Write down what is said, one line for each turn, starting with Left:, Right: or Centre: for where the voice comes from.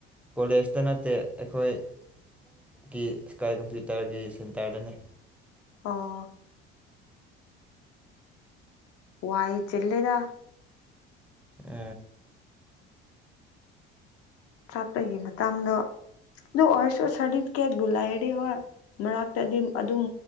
Centre: ꯀꯣꯂꯦꯖꯇ ꯅꯠꯇꯦ ꯑꯩꯈꯣꯏꯒꯤ ꯏꯁꯀꯥꯏ ꯀꯝꯄ꯭ꯌꯨꯇꯔꯒꯤ ꯁꯦꯟꯇꯔꯗꯅꯦ
Left: ꯑꯣ ꯋꯥꯏ ꯆꯤꯜꯂꯦꯗ
Centre: ꯎ
Left: ꯆꯠꯄꯒꯤ ꯃꯇꯥꯡꯗꯣ ꯑꯗꯨ ꯑꯣꯏꯔꯁꯨ ꯁꯥꯔꯗꯤꯐꯤꯀꯦꯠꯕꯨ ꯂꯩꯔꯗꯤ ꯍꯣꯏ ꯃꯔꯛꯇꯗꯤ ꯑꯗꯨꯝ